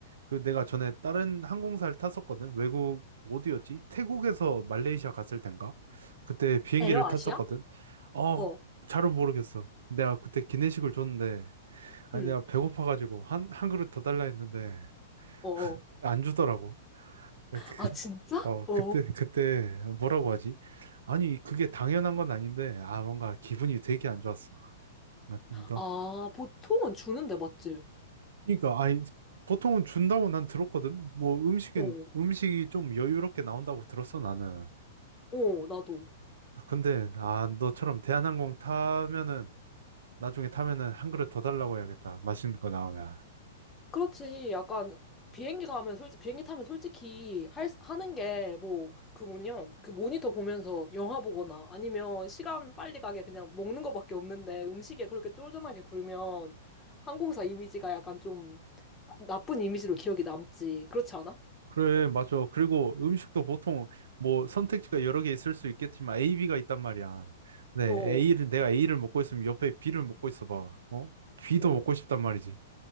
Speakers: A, on the right; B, on the left.
A: 그 내가 전에 다른 항공사를 탔었거든. 외국 어디였지? 태국에서 말레이시아 갔을 땐가? 그때 비행기를
B: 에어아시아?
A: 탔었거든. 어,
B: 어,
A: 잘은 모르겠어. 내가 그때 기내식을 줬는데 아니
B: 응,
A: 내가 배고파가지고 한, 한 그릇 더 달라 했는데
B: 어, 어.
A: 그때 안 주더라고. <laughs>
B: 아, 진짜?
A: 그- 어
B: 어,
A: 그때 그때 뭐라고 하지? 아니 그게 당연한 건 아닌데 아 뭔가 기분이 되게 안 좋았어. 나, 나.
B: 아, 보통은 주는데, 맞지?
A: 그러니까 아니 보통은 준다고 난 들었거든. 뭐 음식은
B: 어,
A: 음식이 좀 여유롭게 나온다고 들었어 나는.
B: 어, 나도.
A: 근데 아 너처럼 대한항공 타면은 나중에 타면은 한 그릇 더 달라고 해야겠다. 맛있는 거 나오면.
B: 그렇지. 약간 비행기 가면 솔직 비행기 타면 솔직히 할 수- 하는 게 뭐 그 뭐냐 그 모니터 보면서 영화 보거나 아니면 시간 빨리 가게 그냥 먹는 거밖에 없는데 음식에 그렇게 쫄깃하게 굴면 항공사 이미지가 약간 좀 나쁜 이미지로 기억이 남지. 그렇지 않아?
A: 그래, 맞아. 그리고 음식도 보통 뭐 선택지가 여러 개 있을 수 있겠지만 A, B가 있단 말이야. 네,
B: 어,
A: A를
B: 어,
A: 내가 A를 먹고 있으면 옆에 B를 먹고 있어 봐. 어? B도
B: 어,
A: 먹고 싶단 말이지.